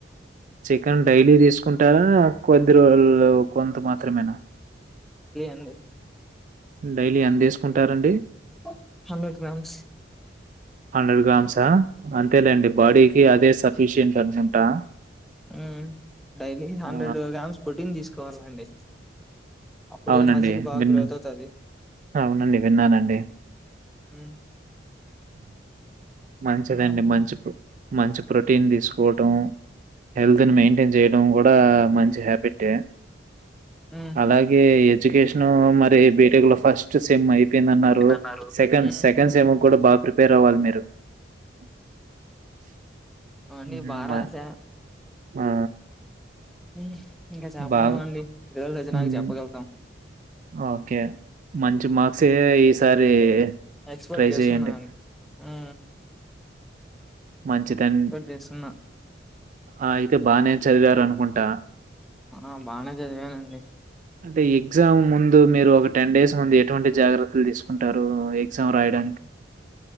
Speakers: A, on the right (about 45°); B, in the centre.
A: చికెన్ డైలీ తీసుకుంటారా కొద్ది రోజులు కొంత మాత్రమేనా
B: ఉంది
A: డైలీ ఎందిసుకుంటారండి
B: హా హండ్రెడ్ గ్రామ్స్
A: హండ్రెడ్ గ్రామ్సా అంతేలేండి బాడీకి అదే సఫిషియెంట్ అనుకుంటా
B: ఉ డైలీ హండ్రెడ్
A: ఆ!
B: గ్రామ్స్ ప్రోటీన్ తీసుకోవాలండి అప్పుడే
A: అవునండి.
B: మజిల్ బాగా
A: విన్
B: గ్రోత్ అవుతది
A: అవునండి విన్నానండి
B: ఉమ్
A: <unintelligible> మంచిదండి
B: ఉమ్
A: మంచి ప్రో మంచి ప్రోటీన్ తీసుకోవడంం హెల్త్ ని మెయింటైన్ చేయడం డం కూడా మంచి హ్యాబిటె
B: ఉమ్
A: అలాగే ఎడ్యుకేషన్ మరి బీటెక్ లో ఫస్ట్ సెమ్ అయిపోయిందిన్నారు
B: ఏమన్నారు
A: సెకండ్
B: ఉమ్
A: సెకడ్ సెమ్ కూడా బాగా ప్రిపేర్ అవ్వాలి మీరు <unintelligible>
B: అని
A: ఉమ్,
B: బారాస
A: మ ఆ
B: మ్ ఇంగ చెప్పలేమండి
A: బాగా
B: రిజల్ట్ వచ్చినాకా
A: మ్
B: చెప్పగలుగుతాం
A: ఓకే మంచి మాక్సే ఈసారి
B: ఎక్స్పెట్
A: ట్రై
B: చేసుకున్నా
A: చేయండి
B: అండి మ్ఉ
A: మంచిదం
B: చేస్తున్నా
A: అ అయితే బానే చదివారు అనుకుంటా
B: ఆ బానే చదివానండి
A: అంటే ఎగ్జామ్ ముందు మీరు ఒ టెన్ డేస్ ముందు ఎటువంటి జాగ్రత్తలు తీసుకుంటారు ఎగ్జామ్ రాయడానికి